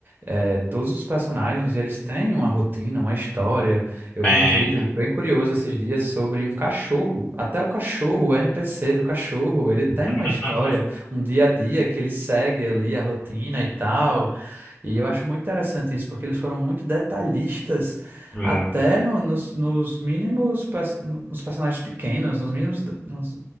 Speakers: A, on the right (about 40°); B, on the left (about 35°).
A: é, todos os personagens, eles têm uma rotina, uma história. Eu
B: É.
A: vi um vídeo bem curioso esses dias sobre um cachorro. Até o cachorro, o NPC do cachorro, ele tem
B: <laughs>
A: uma história, um dia a dia que ele segue ali a rotina e tal. E eu acho muito interessante isso, porque eles foram muito detalhistas,
B: Muito.
A: até no- nos, nos mínimos, pers- nos personagens pequenos, nos mínimos, nos-